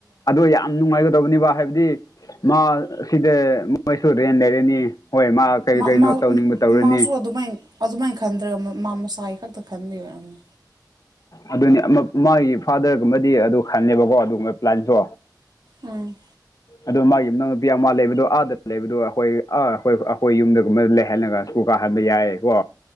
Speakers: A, on the left; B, on the right.
A: ꯑꯗꯣ ꯌꯥꯝ ꯅꯨꯡꯉꯥꯏꯒꯗꯕꯅꯤꯕ ꯍꯥꯏꯕꯗꯤ ꯃꯥ ꯁꯤꯗ ꯃꯣꯏꯁꯨ ꯔꯦꯟ ꯂꯩꯔꯦꯅꯤ ꯍꯣꯏ ꯃꯥ ꯀꯩ
B: ꯃꯥ
A: ꯀꯩꯅꯣ
B: ꯃꯥ
A: ꯇꯧꯅꯤꯡꯕ ꯇꯧꯔꯅꯤ
B: ꯃꯥꯎꯁꯨ ꯑꯗꯨꯃꯥꯏ ꯑꯗꯨꯃꯥꯏꯅ ꯈꯟꯗ꯭ꯔꯒ ꯃꯥ ꯃꯁꯥꯒꯤ ꯈꯛꯇ ꯈꯟꯕꯤꯒꯤ ꯑꯣꯏꯔꯝꯅꯤ
A: ꯑꯗꯨꯅꯤ ꯃꯥꯒꯤ ꯐꯥꯗꯔꯒꯨꯝꯕꯗꯤ ꯑꯗꯨ ꯈꯜꯂꯦꯕꯀꯣ ꯑꯗꯨꯒꯨꯝꯕ ꯄ꯭ꯂꯥꯟꯁꯨ
B: ꯎꯝ
A: ꯑꯗꯨꯣ ꯃꯥꯒꯤ ꯏꯨꯝꯅꯥꯪ ꯅꯨꯄꯤ ꯑꯃ ꯂꯩꯕꯗꯣ ꯑꯥꯗ ꯂꯩꯕꯗꯣ ꯑꯩꯈꯣꯏ ꯑꯥ ꯑꯩꯈꯣꯏ ꯑꯩꯈꯣꯏ ꯌꯨꯝꯗꯒꯨꯝꯕꯗ ꯂꯩꯍꯜꯂꯒ ꯁ꯭ꯀꯨ ꯀꯥꯍꯟꯕ ꯌꯥꯏ ꯀꯣ